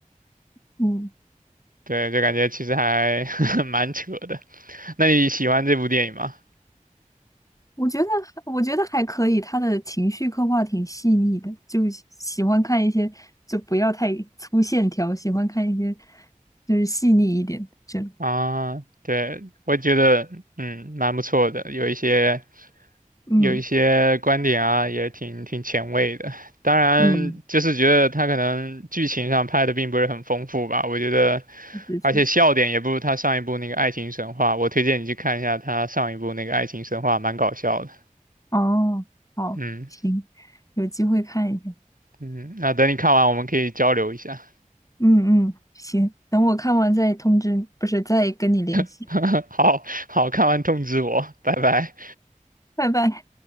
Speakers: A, on the left; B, on the right.
A: 嗯，
B: 对，就感觉其实还 <laughs> 蛮扯的。那你喜欢这部电影吗？
A: 我觉得我觉得还可以，他的情绪刻画挺细腻的，就喜喜欢看一些就不要太粗线条，喜欢看一些就是细腻一点这种。
B: 啊，对，我觉得，嗯，蛮不错的，有一些。
A: 嗯
B: 有一些观点啊，也挺挺前卫的。当然，
A: 嗯，
B: 就是觉得他可能剧情上拍的并不是很丰富吧。我觉得，
A: 确确实。
B: 而且笑点也不如他上一部那个《爱情神话》。我推荐你去看一下他上一部那个《爱情神话》，蛮搞笑的。
A: 哦，好，
B: 嗯
A: 行，有机会看一下。
B: 嗯，那等你看完，我们可以交流一下。
A: 嗯嗯，行，等我看完再通知你不是再跟你联系。
B: <laughs> 好好，看完通知我，拜拜。
A: 拜拜。